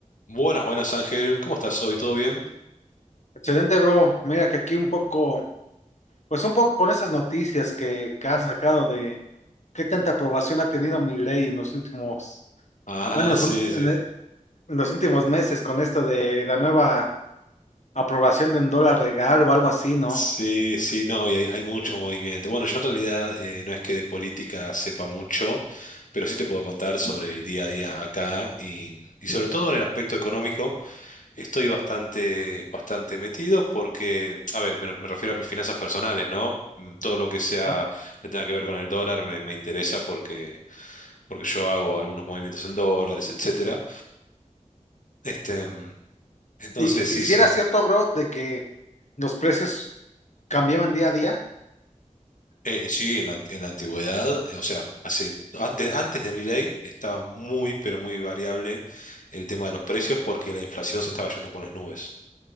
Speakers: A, on the left (about 80°); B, on the left (about 60°).
A: Buenas, buenas Ángel, ¿cómo estás hoy? ¿Todo bien?
B: Excelente, bro. Mira que aquí un poco, pues un poco con esas noticias que, que han sacado de qué tanta aprobación ha tenido mi ley en los últimos,
A: Ah,
B: bueno, es
A: sí,
B: un- en,
A: sí.
B: e- en los últimos meses con esto de la nueva aprobación de un dólar regal o algo así, ¿no?
A: Sí, sí, no, y hay, hay mucho movimiento. Bueno, yo en realidad eh, no es que de política sepa mucho, pero sí te puedo contar sobre el día a día acá y, y sobre todo en el aspecto económico estoy bastante, bastante metido porque, a ver, me, me refiero a mis finanzas personales, ¿no? Mm, Todo lo que sea,
B: Ah,
A: que tenga que ver con el dólar me, me interesa porque, porque yo hago algunos movimientos en dólares, etcétera. Este, mm, entonces,
B: Y,
A: sí,
B: y si
A: sí.
B: era cierto, bro, de que los precios cambiaban día a día
A: Eh, sí, en la, ant- en la antigüedad, eh, o sea, hace, antes, antes de mi ley estaba muy, pero muy variable el tema de los precios porque la inflación se estaba yendo por las nubes.